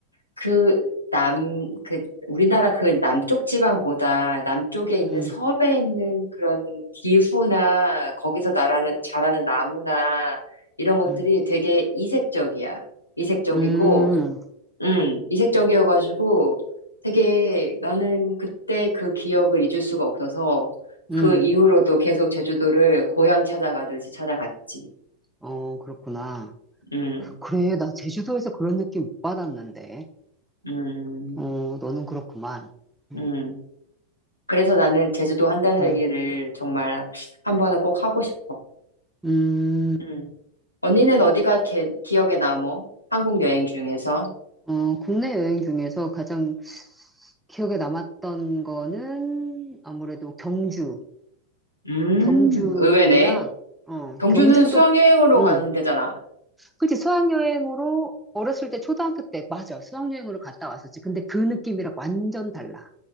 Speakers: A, on the left (about 85°); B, in the centre.
A: 그, 남, 그, 우리나라 그 남쪽 지방보다 남쪽에 있는
B: 음.
A: 섬에 있는 그런 기후나, 거기서 나라는, 자라는 나무나, 이런 것들이
B: 음.
A: 되게 이색적이야. 이색적이고,
B: 음.
A: 음, 이색적이어가지고 되게 나는 그때 그 기억을 잊을 수가 없어서 그
B: 음.
A: 이후로도 계속 제주도를 고향 찾아가듯이 찾아갔지.
B: 어, 그렇구나.
A: 음,
B: 그래, 나 제주도에서 그런 느낌 못 받았는데.
A: 음,
B: 어, 너는 그렇구만. 음.
A: 음. 그래서 나는 제주도 한 달 살기를
B: 음.
A: 정말 한 번은 꼭 하고 싶어.
B: 음.
A: 음. 언니는 어디가 게- 기억에 남어? 한국 여행 중에서?
B: 어, 국내 여행 중에서 가장 기억에 남았던 거는 아무래도 경주.
A: 음,
B: 경주랑,
A: 의외네.
B: 어,
A: 경주는
B: 경주도,
A: 수학여행으로
B: 음,
A: 가는 데잖아.
B: 그치, 수학여행으로 어렸을 때 초등학교 때, 맞아. 수학여행으로 갔다 왔었지. 근데 그 느낌이랑 완전 달라.